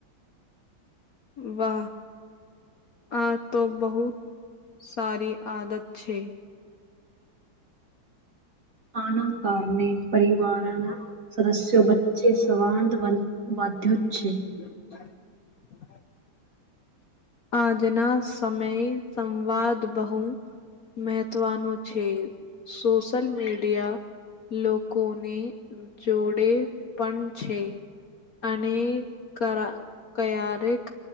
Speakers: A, on the left; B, on the right.
A: વાહ આતો બહુત સારી આદત છે.
B: આના કારને પરીવારન સદસ્યો જે સવાંધ વન વદ્યો જ છે.
A: <inaudible> આજના સમયે સંવાદ બહુ મેહત્વનું છે સોશલ મીડિયા લોકોને જોડે પણ છે. ને કરા ક્યારેક